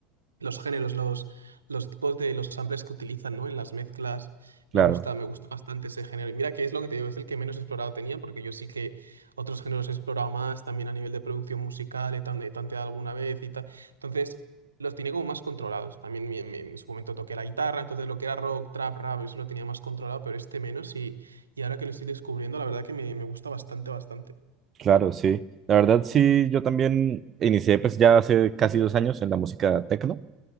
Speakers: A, on the right (about 85°); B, on the right (about 35°).
A: los géneros, los, los tipos de los samples que utilizan, ¿no? En las mezclas. Me
B: claro,
A: gusta, me gusta bastante ese género. Y mira que es lo que te digo, es el que menos explorado tenía, porque yo sí que otros géneros he explorado más, también a nivel de producción musical, he, tan- he tanteado alguna vez y tal. Entonces, los tenía como más controlados. También mi- mi- en su momento toqué la guitarra, entonces lo que era rock, trap, rap, eso lo tenía más controlado, pero este menos. Y, y ahora que lo estoy descubriendo, la verdad que me, me gusta bastante, bastante.
B: claro, sí. La verdad, sí, yo también inicié pues ya hace casi dos años en la música tecno,